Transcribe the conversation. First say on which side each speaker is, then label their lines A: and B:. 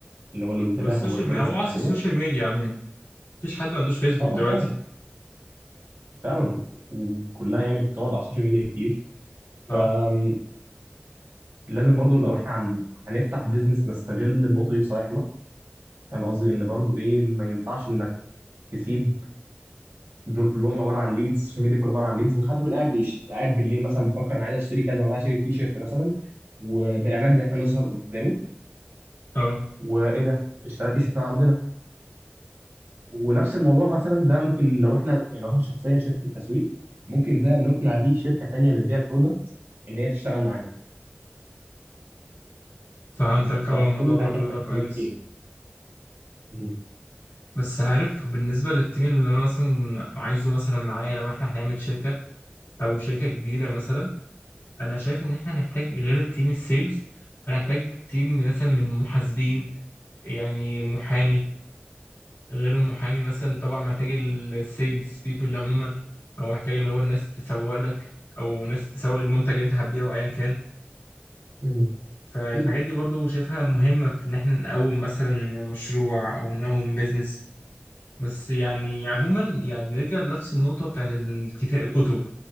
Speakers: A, on the right (about 80°); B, on the left (about 70°).
A: اللي هو الانتباه
B: والسوشيال
A: هو الكرنسي
B: ميديا هو
A: الحاليه
B: عصر السوشيال ميديا عموما مفيش حد ما عندوش فيسبوك
A: اه
B: دلوقتي
A: اه فعلا فعلا وكلها يعني بتقعد على السوشيال ميديا كتير
B: اه
A: فلازم برضو لو احنا عن- هنفتح بيزنس نستغل النقطه دي في صالحنا فاهم قصدي ان برضو ايه ما ينفعش انك تسيب دول كلهم عباره عن ليدز السوشيال ميديا كله عباره عن ليدز ممكن حد يكون قاعد بيش... قاعد بالليل مثلا بيفكر انا عايز اشتري كذا انا عايز اشتري تي شيرت مثلا والاعلانات بتاعتنا نظهر قدامه
B: اه
A: وايه ده اشتريت تي شيرت من عندنا ونفس الموضوع مثلا ده ممكن لو احنا يعني لو احنا شخصيا شركه تسويق ممكن ده نقنع بيه شركه تانيه بتبيع برودكت ان هي تشتغل معانا
B: فهمتك
A: ففي
B: اه الموضوع
A: كل الحالات
B: برضو
A: احنا
B: بيبقى
A: محتاجين
B: كويس
A: تيم مهم.
B: بس عارف بالنسبة للتيم اللي أنا مثلا عايزه مثلا معايا لو إحنا هنعمل شركة أو شركة كبيرة مثلا أنا شايف إن إحنا هنحتاج غير التيم السيلز هنحتاج تيم مثلا من محاسبين يعني محامي غير المحامي مثلا طبعا محتاج السيلز بيبول عموما أو محتاج اللي هو الناس تسوق لك أو ناس تسوق المنتج اللي أنت هتبيعه أيا كان
A: مهم.
B: فالحاجات
A: اكيد
B: دي برضو شايفها مهمة في إن إحنا نقوم مثلا مشروع أو نقوم بيزنس بس يعني عموما يعني نرجع لنفس النقطة بتاعت الكتاب الكتب